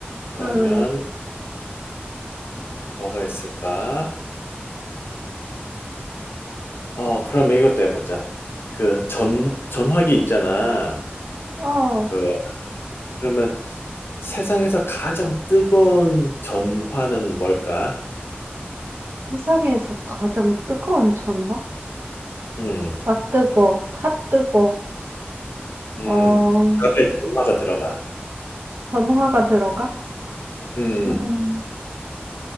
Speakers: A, on the left; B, on the right.
A: 그러면
B: 음,
A: 뭐가 있을까? 어, 그럼 이것도 해보자. 그 전, 전화기 있잖아.
B: 어,
A: 그, 그러면 세상에서 가장 뜨거운 전화는 뭘까?
B: 세상에서 가장 뜨거운 전화?
A: 음,
B: 아, 뜨거. 핫 뜨거.
A: 음,
B: 어,
A: 답에 전화가 들어가.
B: 전화가 들어가?
A: 음,
B: 음.